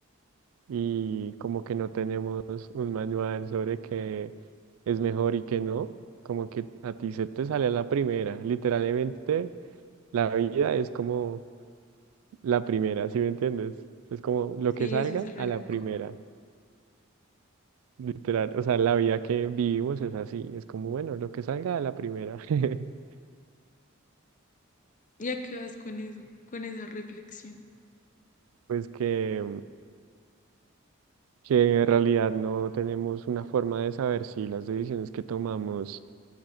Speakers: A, on the right (about 80°); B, on the left (about 40°).
A: Y como que no tenemos un manual sobre qué es mejor y qué no, como que a ti se te sale a la primera. Literalmente, la vida es como la primera, ¿sí me entiendes? Es como lo
B: Sí,
A: que salga
B: eso es re
A: a la
B: loco.
A: primera. Literal, o sea, la vida que vivimos es así, es como, bueno, lo que salga a la primera. <laughs>
B: ¿Y a qué vas con eso? Con esa reflexión.
A: pues que, que en realidad no tenemos una forma de saber si las decisiones que tomamos,